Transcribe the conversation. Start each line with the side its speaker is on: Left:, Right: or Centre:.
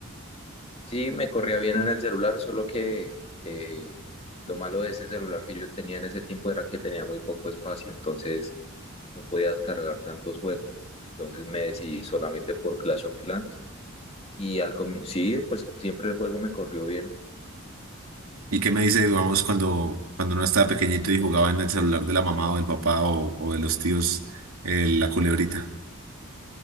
Left: Sí, me corría bien en el celular, solo que eh, lo malo de ese celular que yo tenía en ese tiempo era que tenía muy poco espacio, entonces no podía descargar tantos juegos. Entonces me decidí solamente por Clash of Clans. Y al comienzo, sí, pues siempre el juego me corrió bien.
Right: ¿Y qué me dice, digamos, cuando, cuando uno estaba pequeñito y jugaba en el celular de la mamá o del papá o, o de los tíos, eh, la culebrita?